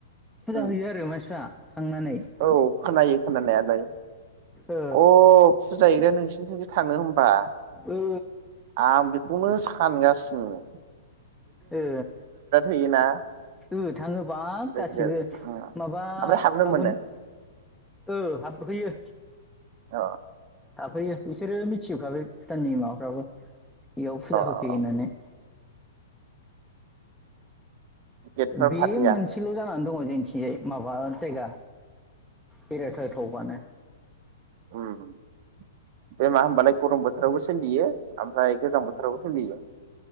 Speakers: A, in the centre; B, on the right.
A: फुजा
B: उम
A: हैयो आरो मानसिफ्रा। थांनानै
B: औ खोनायो खोनानायालाय।
A: ओ
B: अ <unintelligible> नोंसिनिथिंजो थांङो होम बा
A: ओ
B: आं बेखौनो सानगा <unintelligible>
A: ओ
B: होयोना
A: ओ थाङो बा
B: गिदिर
A: गासिबो
B: गिदिर ओमफ्राय
A: माबा
B: हाबनो
A: फागुन
B: मोनो
A: ओ हाबहैयो।
B: औ
A: थाफैयो बिसोरो मिथिजोबखाबाय भुटाननि माबाफ्राबो। इयाव फुजा होफैयो
B: औ
A: होननानै।
B: गेटफ्राव
A: बे
B: थाफैया
A: मोनसेल' जानानै दङ मिन्थियै माबा जायगा। बेरायथावथावबानो
B: उम बेे मा होमबालाय गरम बो थोरावबो सोलियो ओमफ्राय गोजां बोथोरावबो सोलियो।